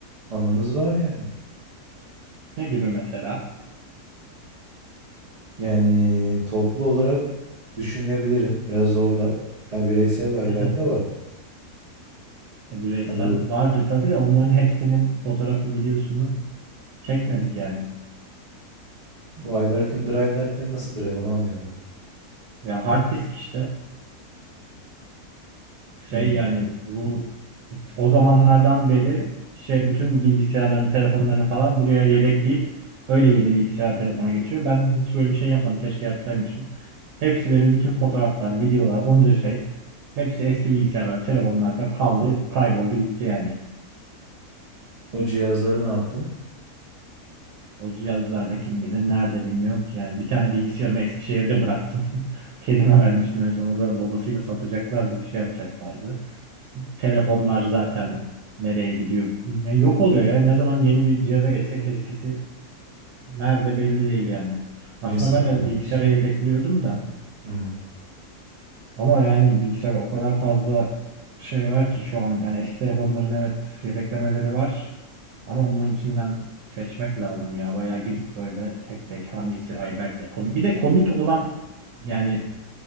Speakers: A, on the right (about 55°); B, on the right (about 85°).
A: anımız var yani.
B: Ne gibi mesela?
A: Yani toplu olarak düşünebilirim. Biraz zorlar. Ya bireysel Ayberk'le
B: <laughs>
A: var.
B: Bireysel.
A: Ha, bu,
B: Vardır tabii de onların hepsinin fotoğrafı, videosunu çekmedik yani.
A: bu Ayberk'in drive derken nasıl drive onu anlayamadım.
B: Ya hard disk işte. Şey
A: Hmm.
B: yani bu o zamanlardan beri şey bütün bilgisayarların, telefonlarını falan buraya yedekleyip öyle yeni bilgisayar telefona geçiyor. Ben hiç böyle bir şey yapmadım. Keşke yapsaymışım. Hepsi benim bütün fotoğraflar, videolar, onca şey. Hepsi eski bilgisayarlarda, telefonlarda kaldı, kayboldu gitti yani.
A: O cihazları ne yaptın?
B: O cihazlarda kim bilir nerede bilmiyorum ki. Yani bir tane bilgisayarımı Eskişehir'de bıraktım. <laughs> Kerime
A: Hı.
B: vermiştim en son. O da babasıyla satacaklardı, bir şey yapacaklardı. telefonlar zaten nereye gidiyor? Yani yok oluyor ya. Ne zaman yeni bir cihaza geçsek eskisi nerede belli değil yani. Aslında
A: Niye sıfırlamıyorsun
B: ben de bilgisayara yedekliyordum
A: ki?
B: da
A: Hı
B: ama yani bilgisayarda o kadar fazla şey var ki şu an yani eski telefonların evet yedeklemeleri var ama onların içinden seçmek lazım ya. Bayağı girip böyle tek tek hangisi iBack'le komik. Bir de komik olan yani